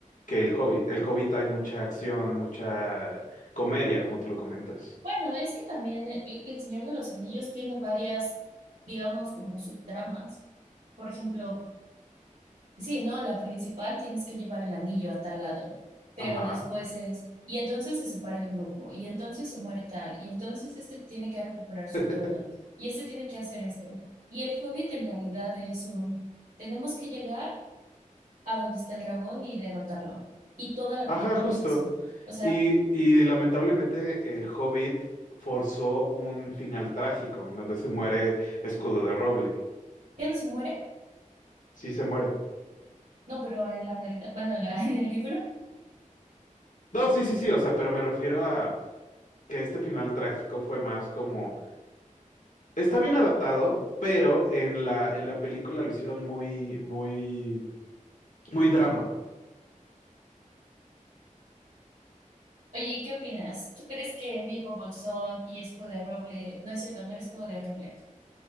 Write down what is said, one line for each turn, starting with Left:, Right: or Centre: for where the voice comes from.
Left: que el Hobbit. El Hobbit trae mucha acción, mucha comedia, como tú lo comentas.
Right: Bueno, es que también el, el Señor de los Anillos tiene varias, digamos, como subtramas. Por ejemplo, sí, ¿no? La principal tienes que llevar el anillo a tal lado, pero
Left: Ajá.
Right: después es, y entonces se separa el grupo, y entonces se muere tal, y entonces este tiene que recuperar su
Left: <laughs>
Right: trono, y este tiene que hacer esto. Y el Hobbit en realidad es un, tenemos que llegar a donde está el dragón y derrotarlo. Y toda la
Left: Ajá,
Right: película
Left: justo.
Right: es eso. O sea,
Left: Y, y lamentablemente el Hobbit forzó un final trágico en donde se muere Escudo de Roble.
Right: ya no se muere
Left: Sí se muere.
Right: No, pero en la realidad, bueno, en la, <laughs> en el libro.
Left: No, sí, sí, sí, o sea, pero me refiero a que este final trágico fue más como, está bien adaptado, pero en la, en la película lo hicieron muy, muy, muy drama.
Right: Oye, ¿y ¿qué opinas? ¿Tú crees que Bilbo Bolsón y Escudo de Roble, no es cierto, no era Escudo de Roble,